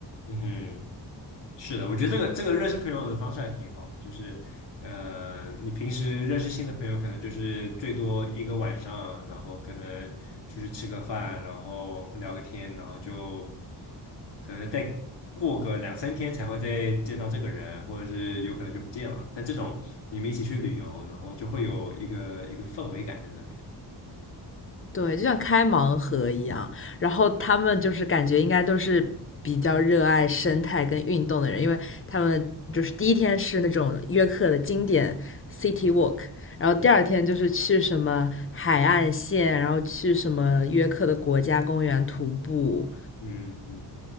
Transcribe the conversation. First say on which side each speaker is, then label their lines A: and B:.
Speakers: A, on the left; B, on the left.
A: 嗯哼。是的，我觉得这个这个认识朋友的方式还挺好的，就是呃，你平时认识新的朋友，可能就是最多一个晚上，然后可能出去吃个饭，然后聊个天，然后就可能再过个两三天才会再见到这个人，或者是有可能就不见了。但这种你们一起去旅游，然后就会有一个一个氛围感在那边。
B: 对，就像开盲盒一样，然后他们就是感觉应该都是比较热爱生态跟运动的人，因为他们就是第一天是那种约克的经典 city walk，然后第二天就是去什么海岸线，然后去什么约克的国家公园徒步。
A: 嗯嗯，